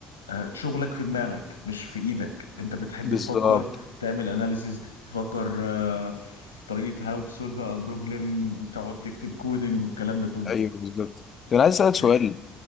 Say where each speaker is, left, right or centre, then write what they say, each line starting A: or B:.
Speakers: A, on the left; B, on the left.
A: آه، شغلك في دماغك مش في ايدك انت بتحب
B: بالظبط
A: تفكر تعمل اناليسز تفكر آه، في طريقة هاو تو سولف ا بروبلم وتقعد تكتب كودينج والكلام ده كله
B: ايوه بالظبط ده انا عايز اسالك
A: صحيح
B: سؤال